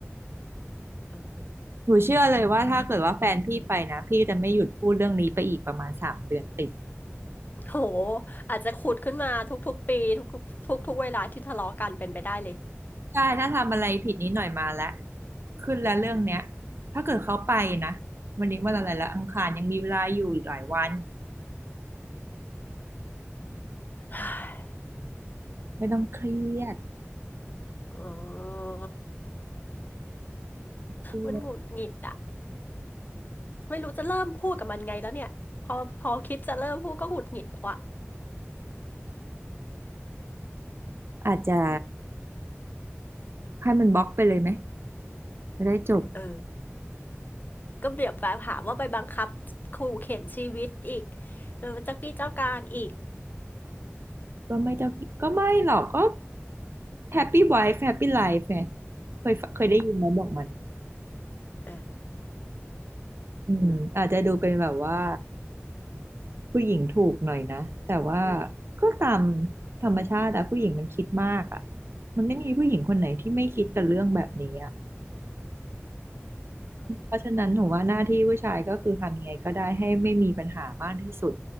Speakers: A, on the left (about 40°); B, on the right (about 55°).
A: เออ
B: หนูเชื่อเลยว่าถ้าเกิดว่าแฟนพี่ไปนะพี่จะไม่หยุดพูดเรื่องนี้ไปอีกประมาณสามเดือนติด
A: โหอาจจะขุดขึ้นมาทุกๆปีทุกๆทุกๆเวลาที่ทะเลาะกันเป็นไปได้เลย
B: ใช่ถ้าทำอะไรผิดนิดหน่อยมาแล้วขึ้นแล้วเรื่องเนี้ยถ้าเกิดเขาไปนะวันนี้วันอะไรละอังคารยังมีเวลาอยู่อีกหลายวัน
A: ฮ่า
B: ไม่ต้องเครียด
A: เออ
B: เครียด
A: มันหงุดหงิดอะไม่รู้จะเริ่มพูดกับมันไงแล้วเนี่ยพอพอคิดจะเริ่มพูดก็หงุดหงิดว่ะ
B: อาจจะให้มันบล็อกไปเลยไหมจะได้จบ
A: เออ ก็เบียบแบบหาว่าไปบังคับขู่เข็นชีวิตอีกเออเจ้ากี้เจ้าการอีก
B: ก็ไม่ต้องก็ไม่หรอกก็แฮปปี้ไวฟ์แฮปปี้ไลฟ์ไงเคยเคยได้ยินไหมบอกมัน
A: เออ
B: อืมอาจจะดูเป็นแบบว่าผู้หญิงถูกหน่อยนะแต่ว่าก็ตามธรรมชาติอะผู้หญิงมันคิดมากอะมันไม่มีผู้หญิงคนไหนที่ไม่คิดกับเรื่องแบบนี้อะ
A: เอ
B: เพราะฉะนั้นหนูว่าหน้าที่ผู้ชายก็คือทำยังไงก็ได้ให้ไม่มีปัญหามากที่สุด